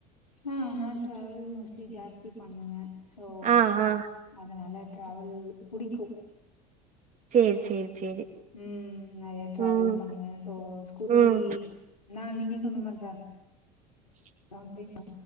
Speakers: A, on the left; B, on the right.
A: ஆ நா ட்ராவல் மோஸ்ட்லி ஜாஸ்தி பண்ணுவே ஸோ
B: ஆ ஆ
A: அதனால டிராவல் புடிக்கூ
B: சேர் சேர் சேரி
A: ம் நறைய டிராவல்
B: ம்
A: பண்ணுவே சோ ஸ்கூட்டி
B: ம்
A: நா நீங்க சொன்ன மார் தா
B: உஹ
A: ஆ டேப்போ